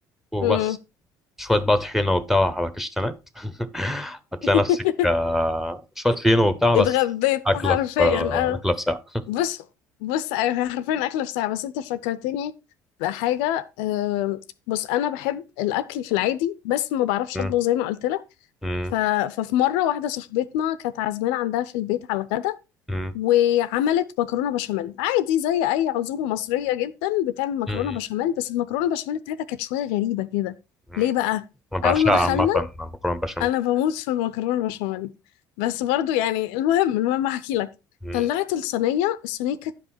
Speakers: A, in the centre; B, on the left.
A: وبس
B: مم.
A: شوية بقى طحينة وبتاع وحبكشتنات <laughs> هتلاقي
B: <laughs>
A: نفسك آه، شوية فينو وبتاع بس
B: اتغديت
A: أكلة
B: حرفيا
A: في آه،
B: اه
A: أكلة في ساعة <laughs>
B: بص بص ايوه هي حرفيا اكله في ساعه بس انت فكرتني بحاجه أم، بص انا بحب الاكل في العادي بس ما بعرفش
A: مم.
B: اطبخ زي ما قلت لك
A: مم.
B: ف... ففي مره واحده صاحبتنا كانت عازمانه عندها في البيت على الغدا
A: مم.
B: وعملت مكرونه بشاميل عادي زي اي عزومه مصريه جدا بتعمل مكرونه
A: مم.
B: بشاميل بس المكرونه البشاميل بتاعتها كانت شويه غريبه كده
A: مم.
B: ليه بقى
A: أنا بعشقها
B: اول ما دخلنا
A: عامة المكرونة بشاميل
B: انا بموت في المكرونه البشاميل بس برضو يعني المهم المهم احكي لك
A: مم.
B: طلعت الصينيه الصينيه كانت